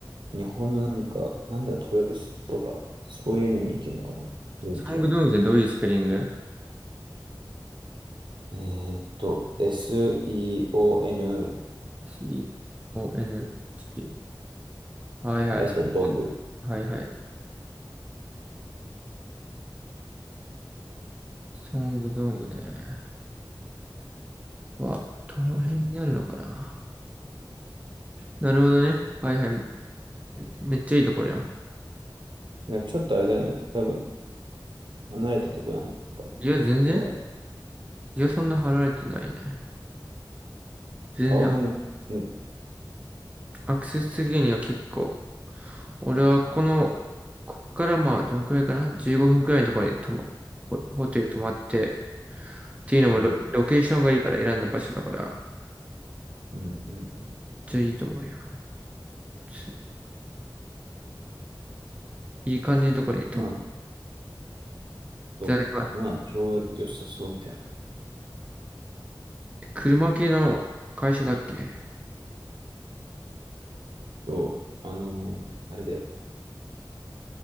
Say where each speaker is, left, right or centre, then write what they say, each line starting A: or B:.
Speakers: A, on the right (about 70°); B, on the right (about 15°).
A: 日本のなんか、なんだ、豊洲とか、そういうのに似てるのかな、雰囲気は。
B: ソングドングってどういうスペリング
A: えーっと、SEONG、
B: C-O-N-G。はいはい。
A: で、あとはドング。
B: はいはい。ソングドングね。は、どの辺にあるのかななるほどね。はいはい。めめっちゃいいところやん。
A: いや、ちょっとあれだよね、多分、離れたとこなのかな、
B: いや、全然。
A: いわゆる。
B: いや、そんな払われてないね。全然、
A: 川のむ、む、
B: アクセス的には結構。俺はここの、こっからまあ、どんくらいかな ?15 分くらいのところに泊ま、ホホテル泊まって、っていうのもロ、
A: うん、
B: ロケーションがいいから選んだ場所だから、
A: うん、うん。うん
B: めっちゃいいと思うよ。すいい感じのところに泊まっ
A: まあ、そう、
B: て、まあ
A: まあ、ちょうど良さそうみたいな。
B: 車系の会社だっけ
A: そう、あのーあれだよ。